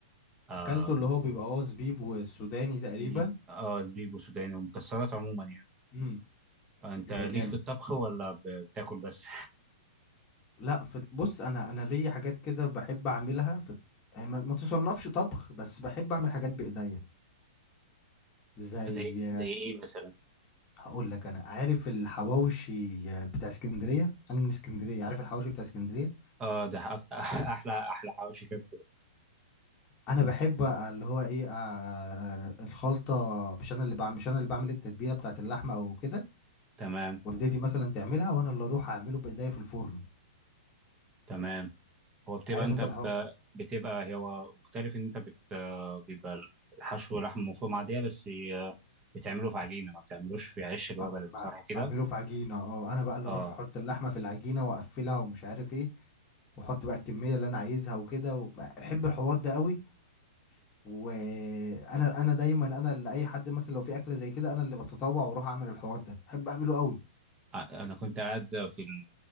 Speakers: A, on the right; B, on the left.
A: آه
B: اكلته اللي هو بيبقى اه زبيب والسوداني تقريبا
A: زيب آه زبيب وسوداني ومكسرات عموما يعني
B: امم
A: آه، أنت
B: يبقى
A: ليك
B: جامد
A: في الطبخ ولا ب- بتاكل بس؟
B: لا فت... بص انا انا ليا حاجات كده بحب اعملها في يعني ما ما تصنفش طبخ بس بحب اعمل حاجات بايديا زي
A: <laughs> زي زي إيه مثلا؟
B: هقول لك انا عارف الحواوشي بتاع اسكندريه انا من اسكندريه عارف الحواوشي بتاع اسكندريه
A: آه ده أك- <laughs> أحلى أحلى حواوشي كده
B: انا بحب اللي هو ايه آه، الخلطه مش انا اللي بعمل مش انا اللي بعمل التتبيله بتاعت اللحمه او كده
A: تمام
B: والدتي مثلا تعملها وانا اللي اروح اعمله بايديا في الفرن
A: تمام هو بتبقى
B: عارف
A: انت
B: انت الحق
A: ب- بتبقى هو مختلف ان انت بت بيبقى الحشو لحم مفروم عاديه بس ي- بتعمله في عجينه ما بتعملوش في عيش اللي
B: ب-
A: هو بلدي
B: ب-
A: صح كده
B: بعمله في عجينه اه انا بقى اللي
A: اه
B: اروح احط اللحمه في العجينه واقفلها ومش عارف ايه واحط بقى الكميه اللي انا عايزها وكده و- بحب الحوار ده قوي وانا انا دايما انا اللي اي حد مثلا لو في اكله زي كده انا اللي بتطوع واروح اعمل الحوار ده بحب اعمله قوي
A: انا كنت قاعد في ال-